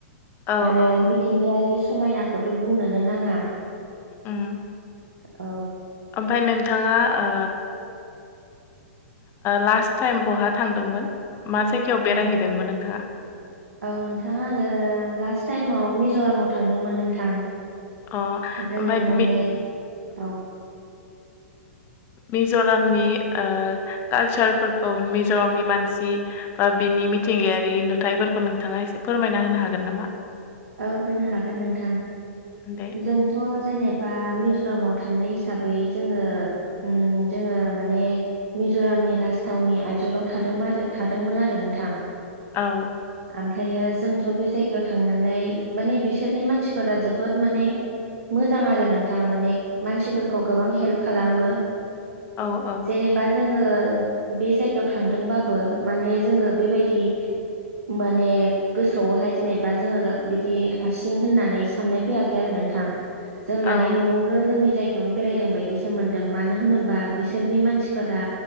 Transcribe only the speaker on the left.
औ
औ
उम
ओमफ्राय नोंथाङा ओ लास्ट टाइम बहा थांदोंमोन मा जायगायाव
बेरायहैदोंमोन नोंथाङा?
अ
ओमफ्राय
मि
मिज'रामनि ओ कालसारफोरखौ मिज'रामनि मानसि बा बिनि मिथिंगायारि नुथायाइफोरखौ नोंथाङा एसे फोरमायना होनो हागोन नामा?
दे
औ
औ औ
औ